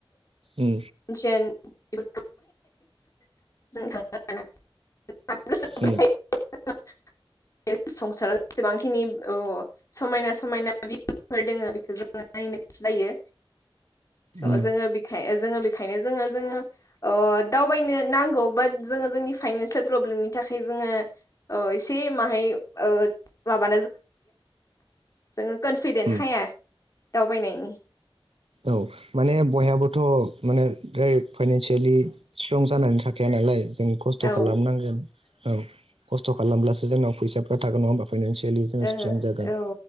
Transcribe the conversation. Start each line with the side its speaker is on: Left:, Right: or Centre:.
Right: उम
Left: ज जों था <inaudible> <unintelligible>
Right: उम
Left: बे संसाराव जेसेबांखिनि समायना समायना। फोर दोङ बेखौ जो नायनो गोसो जायो स
Right: उम
Left: जोङो बेखाय जोङो। ओखायनो जोङो जोङो दावबायनो नांगौ बाट जोङो जोंनि फाइनान्सियेल प्रब्लेमनि थाखाय जों। एसे माहाय माबा। जोङो कनफिदेन्ट
Right: उम
Left: हाया दावबायनायनि।
Right: औ माने बयहाबोथ' माने जेरै फाइनानसियेलि स्ट्रं जानानै थाखाया नालाय। जों खस्थ'
Left: औ
Right: खालामनांगोन औ खस्थ' खालामब्लासो जोंनाव फैसाफ्रा थागोन नङा होमबा। फाइनान्सियेलि जोंङो
Left: ओहो
Right: स्ट्रं जागोन।
Left: औ